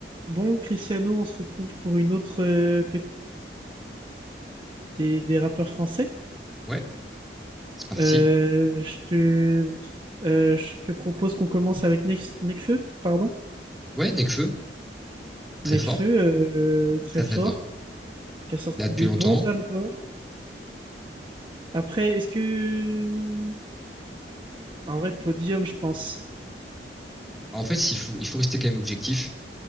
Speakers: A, on the right (about 30°); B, in the centre.
A: Bon, Cristiano, on se retrouve pour une autre euh, pe- des, des rappeurs français.
B: Ouais, c'est parti.
A: Euh, je te, euh, je te propose qu'on commence avec Nekf- Nekfeu, pardon.
B: Ouais, Nekfeu, très
A: Nekfeu,
B: fort,
A: euh, très
B: très
A: fort,
B: très fort.
A: qui a sorti
B: Là depuis
A: des
B: longtemps.
A: bons albums. Après, est-ce que... En vrai, Podium, je pense.
B: Bah, En fait, il faut, il faut rester quand même objectif.